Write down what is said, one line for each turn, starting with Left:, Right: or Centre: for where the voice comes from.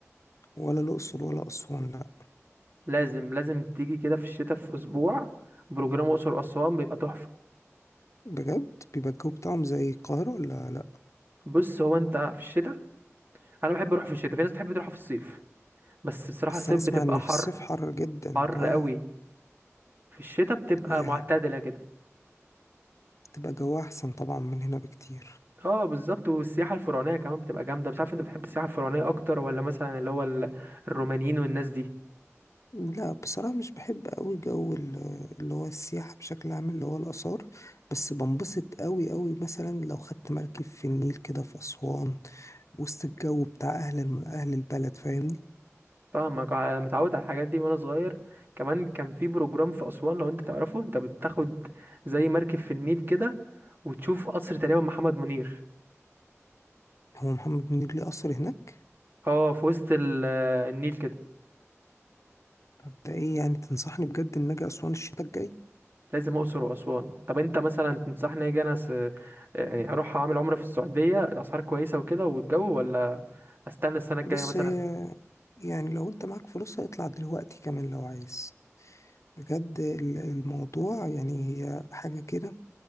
Left: ولا الأقصر ولا أسوان لا
Right: لازم لازم تيجي كده في الشتاء في اسبوع بروجرام اقصر واسوان بيبقى تحفه
Left: بجد بيبقى الجو بتاعهم زي القاهرة ولا لأ
Right: بص هو انت في الشتاء انا بحب اروح في الشتاء في ناس بتحب تروح في الصيف بس بصراحه
Left: بس
Right: الصيف
Left: أنا أسمع
Right: بتبقى
Left: إن
Right: حر
Left: في الصيف حر جدا
Right: حر
Left: اه
Right: قوي في الشتاء بتبقى
Left: ياه
Right: معتدله كده
Left: تبقى جو أحسن طبعا من هنا بكتير
Right: اه بالظبط والسياحة الفرعونية كمان بتبقى جامدة مش عارف انت بتحب السياحة الفرعونية اكتر ولا مثلا اللي هو ال- الرومانيين والناس دي
Left: لا بصراحة مش بحب أوي جو ال- اللي هو السياحة بشكل عام اللي هو الآثار بس بنبسط أوي أوي مثلا لو خدت مركب في النيل كده في أسوان وسط الجو بتاع أهل الم... أهل البلد فاهمني
Right: فاهمك ع- متعود على الحاجات دي وانا صغير كمان كان في بروجرام في اسوان لو انت تعرفه انت بتاخد زي مركب في النيل كده وتشوف قصر تقريبا محمد منير
Left: هو محمد منير ليه قصر هناك
Right: اه في وسط ال- النيل كده
Left: طب ده إيه يعني تنصحني بجد إن أجي أسوان الشتاء الجاي
Right: لازم اقصر واسوان طب انت مثلا تنصحني اجي انا س- يعني اروح اعمل عمرة في السعودية الاسعار كويسة وكده والجو ولا استنى السنة الجاية
Left: بص
Right: مثلا
Left: هي يعني لو انت معاك فلوسها اطلع دلوقتي كمان لو عايز بجد ال- الموضوع يعني هي حاجة كده